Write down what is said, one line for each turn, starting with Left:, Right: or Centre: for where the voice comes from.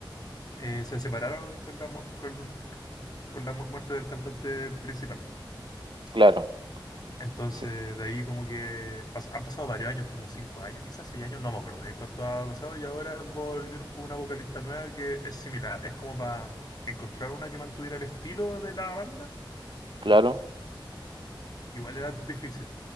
Left: eh, se separaron con la, mu- con, con la mu- muerte del cantante principal.
Right: claro,
Left: Entonces,
Right: sí,
Left: de ahí como que pas- han pasado varios años, como cinco años, quizás seis años, no me acuerdo de cuánto ha pasado, y ahora volvieron con una vocalista nueva que es similar, es como para encontrar una que mantuviera el estilo de la banda,
Right: claro,
Left: que igual era difícil.